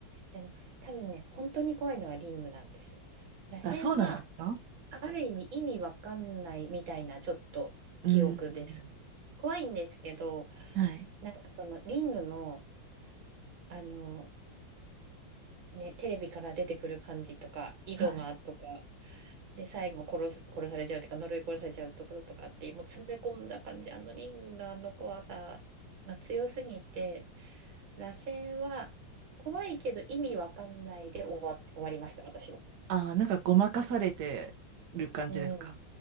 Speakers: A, on the right (about 80°); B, on the right (about 60°).
A: でも多分ね、本当に怖いのはリングなんです。螺旋は、
B: あ、そうなんですか
A: ある意味意味わかんないみたいなちょっと記憶です。
B: うん。うん
A: 怖いんですけど、
B: はい。
A: なんかそのリングの、あの、ね、テレビから出てくる感じとか、井戸がとか、
B: はい。
A: で、最後殺す、殺されちゃうっていうか、呪い殺されちゃうところとかって、もう詰め込んだ感じ、あのリングのあの怖さが強すぎて、螺旋は怖いけど意味わかんないで終わ、終わりました、私は。
B: あ、なんかごまかされてる感じですか
A: うん。